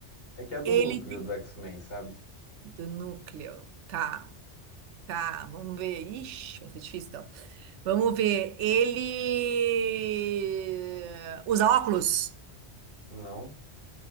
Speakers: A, on the left; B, on the right.
A: É que é do
B: Ele
A: núcleo
B: tem-
A: do X-Men, sabe?
B: do núcleo. Tá, tá. Vamos ver. Ixi, vai ser difícil então. Vamos ver. Ele usa óculos?
A: Não,